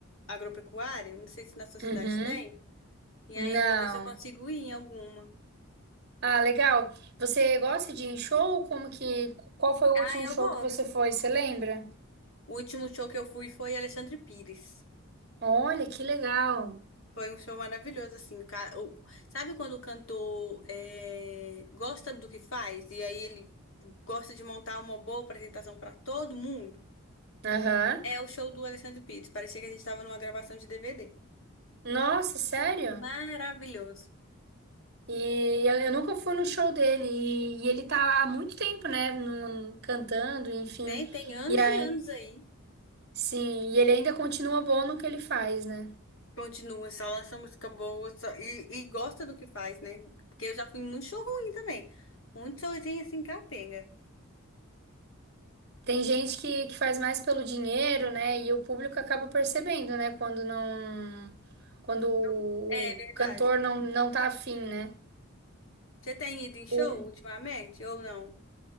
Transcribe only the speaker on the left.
agropecuária. Não sei se na sua cidade
tem. E
aí eu vou ver se eu consigo ir em alguma.
Ah,
eu
gosto.
O último show que eu fui foi Alexandre Pires.
Foi um show maravilhoso, assim. o cara- o- sabe quando o cantor é, gosta do que faz? E aí ele gosta de montar uma boa apresentação pra todo mundo?
É o show do Alexandre Pires. Parecia que a gente estava numa gravação de DVD.
Maravilhoso.
Tem, tem anos
e anos aí.
Continua, só lança música boa só- e, e gosta do que faz, né? Porque eu já fui em muito show ruim também. Muito showzinho assim, capenga.
Não- É verdade.
Você tem ido em show
ultimamente ou não?